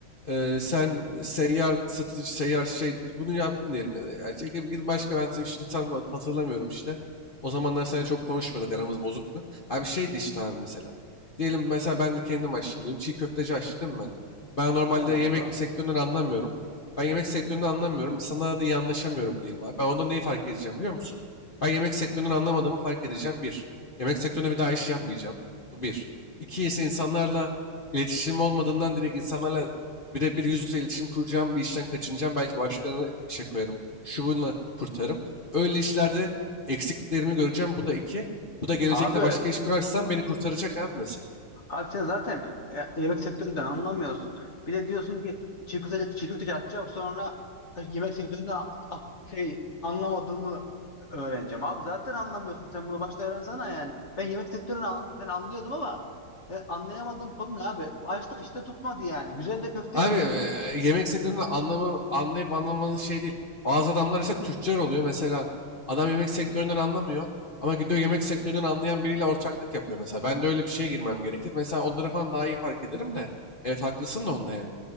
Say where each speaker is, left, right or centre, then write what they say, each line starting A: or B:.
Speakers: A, on the left (about 55°); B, on the left (about 40°).
A: eee, sen seyyar satıcı, seyyar şey bunu yaptın diyelim ya da. Yani şey, bir başka ben senin işini tam hat- hatırlamıyorum işte. O zamanlar seninle çok konuşmuyorduk aramız bozuktu. Abi şeydi işte abi mesela. Diyelim mesela ben de kendim açtım diyelim. Çiğ köfteci açtım değil mi ben. Ben normalde
B: Tamam
A: yemek
B: abi.
A: sektöründen anlamıyorum. Ben yemek sektöründen anlamıyorum. İnsanlarla da iyi anlaşamıyorum diyelim abi. Ben onda neyi fark edeceğim biliyor musun? Ben yemek sektöründen anlamadığımı fark edeceğim. Bir, yemek sektöründe bir daha iş yapmayacağım. Bu bir. İki ise insanlarla iletişim olmadığından direkt insanlarla birebir yüz yüze iletişim kuracağım bir işten kaçınacağım. Belki başkalarına işe koyarım. Şu bununla kurtarım. Öyle işlerde eksiklerimi göreceğim. Bu da iki. Bu da gelecekte
B: Abi
A: başka iş kurarsam beni kurtaracak abi mesela.
B: Abi sen zaten e, yemek sektöründen anlamıyorsun. Bir de diyorsun ki çiğ köfteci, çiğ köfteci açacağım sonra e, yemek sektöründe a- a- şey anlamadığımı öğreneceğim. Abi zaten anlamıyorsun. Sen bunu başta öğrensene yani. Ben yemek sektöründen anlıyordum ama e, anlayamadığım konu ne abi? Açtık işte tutmadı yani. Güzel de köfte
A: Abi
B: yapıyorduk.
A: e, yemek sektöründe anlamı, anlayıp anlamanın şey değil. Bazı adamlar ise tüccar oluyor. Mesela adam yemek sektöründen anlamıyor ama gidiyor yemek sektöründen anlayan biriyle ortaklık yapıyor mesela. Ben de öyle bir şeye girmem gerekir. Mesela onları falan daha iyi fark ederim de. Evet haklısın da onda yani.